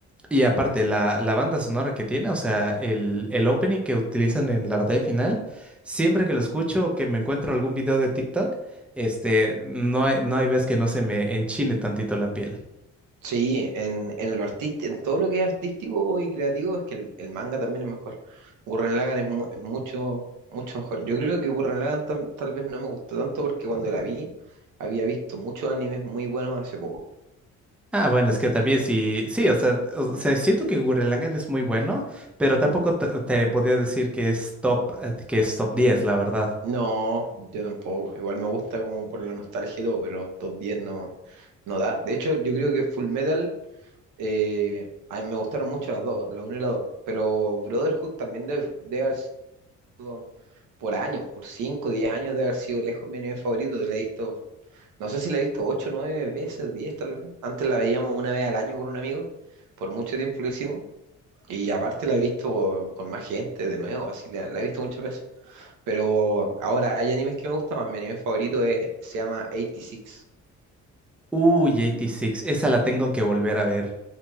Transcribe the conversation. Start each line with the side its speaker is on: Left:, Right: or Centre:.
Centre: y aparte la, la banda sonora que tiene, o sea, el, el opening que utilizan en la batalla final, siempre que lo escucho o que me encuentro algún video de TikTok, este, no hay, no hay vez que no se me enchine tantito la piel.
Right: Sí, en, en lo artist- en todo lo que es artístico y creativo es que el, el manga también es mejor. Gurren Lagann es, mu- es mucho, mucho mejor. Yo creo que Gurren Lagann tam- tal vez no me gustó tanto porque cuando la vi había visto muchos animes muy buenos hace poco.
Centre: Ah, bueno, es que también sí, sí, o sea, o sea, siento que Gurren Lagann es muy bueno, pero tampoco te, te podría decir que es top, eh, que es top 10, la verdad.
Right: No, yo tampoco. Igual me gusta como por la nostalgia y todo, pero top 10 no, no da. De hecho, yo creo que Full Metal Eh, a mí me gustaron mucho las dos, la uno y la dos Pero Brotherhood también debe, debe haber sido por años, por 5 10 años, debe haber sido lejos mi anime favorito. La he visto, no sé si la he visto 8 9 veces, 10 tal vez. Antes la veíamos una vez al año con un amigo, por mucho tiempo lo hicimos. Y aparte la he visto con más gente de nuevo, así la, la he visto muchas veces. Pero ahora hay animes que me gustan más. Mi anime favorito es, se llama 86.
Centre: Uy, 86, esa la tengo que volver a ver.